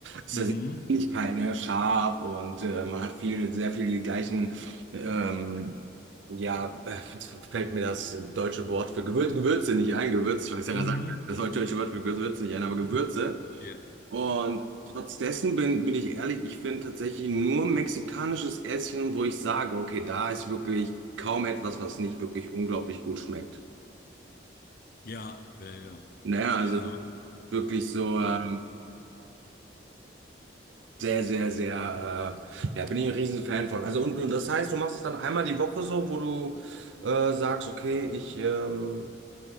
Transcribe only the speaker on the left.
Mhm.
Mhm.
Ja,
ja, ja, ja.
Ja,
Bo-